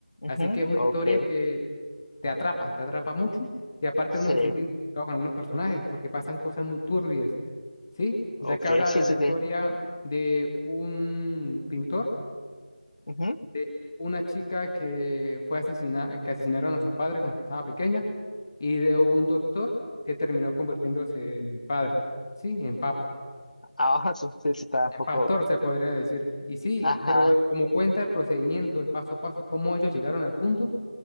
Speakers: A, on the left; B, on the left.
A: Así
B: ujú,
A: que es una
B: ok,
A: historia que te atrapa, te atrapa mucho y aparte
B: sí,
A: uno se siente identificado con algunos personajes porque pasan cosas muy turbias, ¿sí?
B: ok,
A: Ya que habla
B: sí,
A: de
B: sí,
A: la historia
B: sí,
A: de un pintor,
B: ujú.
A: de una chica que fue asesinada, que asesinaron a sus padres cuando estaba pequeña y de un doctor que terminó convirtiéndose en padre, ¿sí? En papa.
B: Ahora sí, <laughs> sí, sí, está un
A: En
B: poco,
A: pastor se podría decir. Y sí,
B: ajá,
A: pero como cuenta el procedimiento, el paso a paso, cómo ellos llegaron al punto